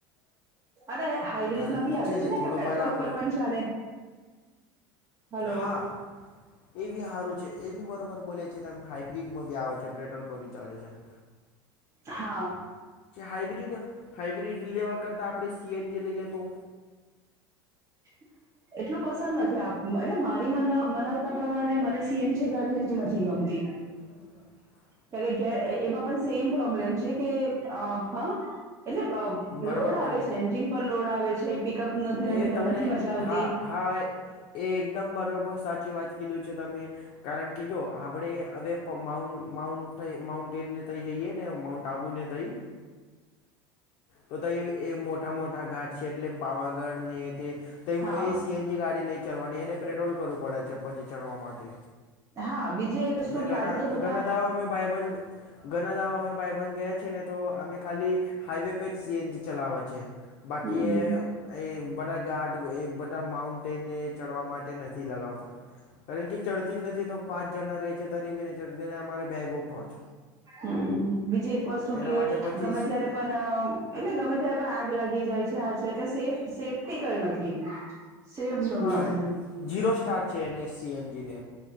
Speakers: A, on the right (about 30°); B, on the left (about 50°).
A: અરે હાઈબ્રિડમાં
B: કારણ
A: બી
B: કે
A: આવે છે ને એટલે
B: થોડો
A: પેટ્રોલ
B: પાર આપણો
A: પર પણ ચાલે હલો
B: હા એ બી સારું છે એ બી બરોબર બોલે છે હાઈબ્રિડમાં બી આવે છે પેટ્રોલ પર બી ચાલે છે <inaudible>
A: હા
B: હાઈબ્રીડ હાઈબ્રીડ લેવા કરતા આપણે સીએનજી લઈએ તો
A: <inaudible> એટલું પસંદ નથી આપ એટલે મારી બનાવતા પ્રમાણે મને સીએનજી કર એ નથી ગમતી
B: ધન્યવાદ
A: કાર કે એમાં પણ સેમ પ્રોબ્લેમ છે કે હ એટલે
B: તમે બરાબર
A: લોડ આવે
B: બોલે
A: છે એન્જિન પર લોડ આવે છે પિકઅપ નથી
B: એ તમને હા
A: મજા આવતી
B: હાય એ એકદમ બરોબર સાચી વાત કીધું છે તમે કારણ કે જો આપણેે હવે માઉન્ટ માઉન્ટેનને ત જઈએ ને માઉન્ટ આબુને તઈ. તો ત એ મોટા મોટા ઘાટ. એટલે પાવાગઢ ને તે તું
A: હા
B: એ સીએનજી ગાડી નહીં ચાલવાની એને પેટ્રોલ કરું પડે છે પછી ચડવા માટે
A: હા બીજી એક
B: અમે
A: વસ્તુ કે
B: ઘણા
A: આજે જે બધા
B: બંધ ઘણા દાવ અમે બાયબંધ ગયાી ને તો અમે ખાલી હાઈવે પે જ સીએનજી ચલાવા છે બાકી
A: હમ
B: એ એ બધા ગાટ એ બધા માઉન્ટેન એ ચડવા માટે નથી લગાવતા કારણ કે ચડતી જ નથી તો પાંચ જણા રહે છે તરી બીને ચડતીને અમારે બેગો પાંચ
A: હ બીજી એક વસ્તુ
B: એના
A: કે
B: માટે પછી
A: ગમે
B: સી
A: ત્યારે પણ એટલે ગમે ત્યારે પણ આગ લાગી જાય છે હ એટલે સેફ સેફ્ટી કઈ નથી. સેફ ઝોન
B: હા
A: નથી
B: એ જીરો સ્ટાર છે એને સી એનજી ને.